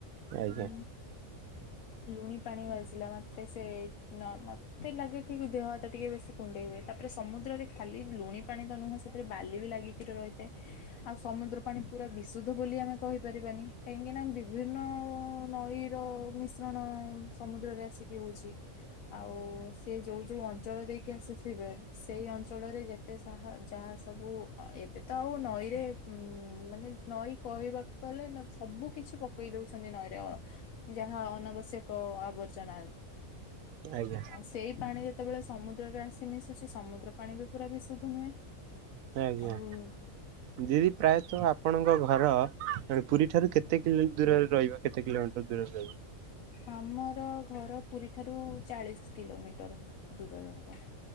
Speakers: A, on the right; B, on the left.
A: ଆଜ୍ଞା।
B: ଉଁ ଲୁଣି ପାଣି ବାଜିଲା ମାତ୍ରେ ସେ ନ ମତେ ଲାଗେ କି ଦେହ ହାତ ଟିକେ ବେଶୀ କୁଣ୍ଡେଇ ହୁଏ ତାପରେ ସମୁଦ୍ରରେ ଖାଲି ଲୁଣି ପାଣି ତ ନୁହେଁ ସେଥିରେ ବାଲି ଲାଗିକି ରହିଥାଏ ଆଉ ସମୁଦ୍ର ପାଣି ପୁରା ବିଶୁଦ୍ଧ ବୋଲି ଆମେ କହିପାରିବାନି କାହିଁକିନା ବି ବିଭିନ୍ନ ନଈର ମିଶ୍ରଣ ସମୁଦ୍ରରେ ଆସି ହଉଛି ଆଉ ସିଏ ଯୋଉ ଯୋଉ ଅଞ୍ଚଳ ଦେଇକି ଆସିଥିବେ ସେଇ ଅ ଅଞ୍ଚଳରେ ଯେତେ ସାହା ଯାହା ସବୁ ହଁ ଏବେ ତ ଆଉ ନଈରେ ଉଁ ମାନେ ନଈ କହିବାକୁ ଗଲେ ନ ସବୁ କିଛି ପକେଇ ଦଉଛନ୍ତି ନଈରେ ଅ ଯାହା ଅନାବଶ୍ୟକ ଆବର୍ଜନା।
A: ଆଜ୍ଞା
B: ଆଉ ସେଇ ପାଣିରେ ଯେତେବେଳେ ସମୁଦ୍ରରେ ଆସି ମିଶୁଛି ସମୁଦ୍ର ପାଣି ବି ପୁରା ବିଶୁଦ୍ଧ ନୁହେଁ।
A: ଆଜ୍ଞା
B: ଆଉ
A: ଦିଦି ପ୍ରାୟତଃ ଆପଣଙ୍କ ଘର ପୁରୀ ଠାରୁ କେତେ କିଲୋ ଦୂରରେ ରହିବ। କେତେ କିଲୋମିଟର ଦୂରରେ ରହିବ?
B: ଆମର ଘର ପୁରୀ। ଏଠାରୁ ଚାଳିଶ କିଲୋମିଟର ଦୂରରେ ହବ।